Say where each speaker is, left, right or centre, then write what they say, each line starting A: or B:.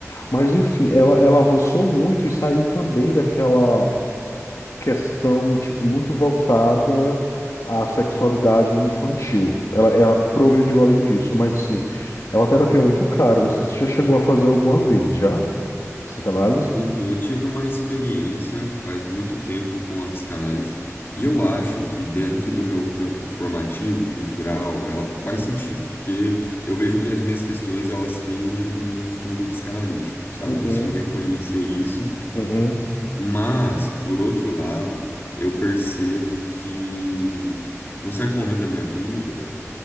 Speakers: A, on the left; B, on the left.
A: Mas enfim, ela, ela avançou muito e saiu também daquela questão, tipo, muito voltada à sexualidade infantil. Ela, ela progrediu além disso, mas assim, é uma terapia muito cara. Não sei se você já chegou a fazer alguma vez, já? Psicanálise?
B: Então, eu tive uma experiência faz muito tempo com a psicanálise e eu acho que dentro do meu campo formativo, cultural, ela faz
A: Uhum.
B: sentido, porque eu vejo que as minhas questões elas têm um, um fundo psicanalítico, sabe?
A: Uhum.
B: Eu consigo reconhecer isso,
A: Uhum.
B: mas por outro lado, eu percebo que num certo momento da minha vida